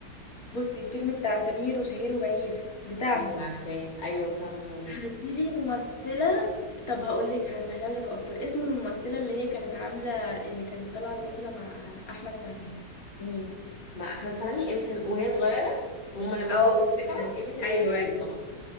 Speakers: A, on the left (about 50°); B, on the left (about 80°).
A: بصي الفيلم بتاع سمير وشهير وبهير بتاعهم
B: أيوة عارفاه أيوة بتاع ماما برضه
A: هاتيلي ممثلة طب هقولك هسهلها لك اكتر اسم الممثلة اللي هي كانت عاملة اللي كانت طالعة البطلة مع احمد فهمي مين
B: مع أحمد فهمي إيمي سمير وهي صغيرة وهما لما
A: اه
B: كانوا
A: مصر.
B: رجعوا إيمي سمير
A: ايوه
B: غانم
A: ايوه
B: طبعا